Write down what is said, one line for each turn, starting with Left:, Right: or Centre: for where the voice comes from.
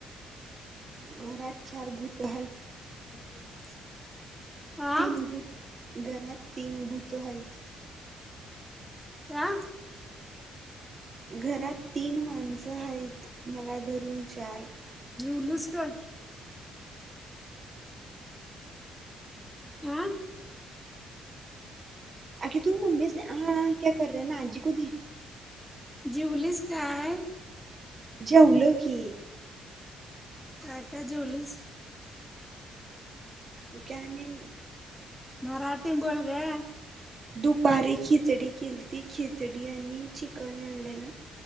Right: घरात चार भूत हायत.
Centre: <inaudible> आ
Right: तीन भूत घरात तीन भूत हायत.
Centre: क्या?
Right: घरात तीन माणसं हायत मला धरून चार.
Centre: जीवलस का? आ?
Right: आगे तू मम्मी से आ आ क्या कर रहे ना आजी को दे.
Centre: जिवलीस काय?
Right: जेवलो की
Centre: काय- काय जेवलीस?
Right: जञणी <unintelligible>
Centre: मराठी म बोल ग.
Right: दुपारी खिचडी केलती, खिचडी आणि चिकन आणलेल